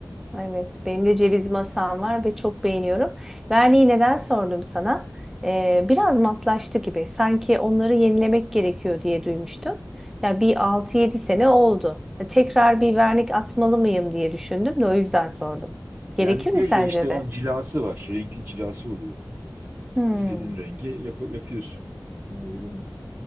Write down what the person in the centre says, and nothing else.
Evet, benim de ceviz masam var ve çok beğeniyorum. Verniği neden sordum sana? Ee, biraz matlaştı gibi. Sanki onları yenilemek gerekiyor diye duymuştum. Ya bir altı yedi sene oldu. E, Tekrar bir vernik atmalı mıyım diye düşündüm de o yüzden sordum. Gerekir
mi sence
de?
Hmm,